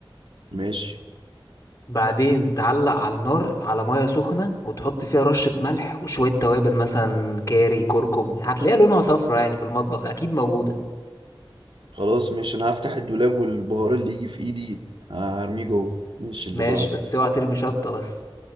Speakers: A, on the right (about 70°); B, on the left (about 35°).
A: ماشي
B: بعدين تعلق على النار على ميه سخنه وتحط فيها رشه ملح وشويه توابل مثلا كاري كركم هتلاقيها لونها صفرا يعني في المطبخ اكيد موجوده
A: خلاص ماشي انا هفتح الدولاب والبهار اللي يجي في ايدي هرميه جوه ماشي
B: ماشي
A: اللي بعده
B: بس اوعى ترمي شطه بس